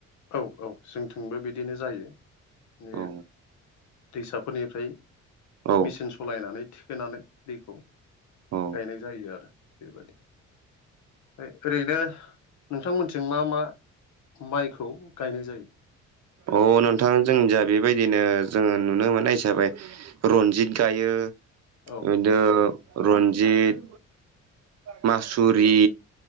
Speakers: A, on the left; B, on the right.
A: औ औ जोंथिंबो बिदिनो जायो बे
B: औ
A: दैसाफोरनिफ्राय
B: औ
A: मेचिन सालायनानै थिखोनानै दैखौ
B: औ
A: गायनाय जायो आरो बेबादि ओफ्राय ओरैनो नोंथांमोनथिं मा मा माइखौ गायनाय जायो।
B: अ नोंथां जों जा बेबायदिनो जोंङो नुनो मोननाय हिसाबै रनजित गायो।
A: औ
B: बिनो रन्जित, मासुरि,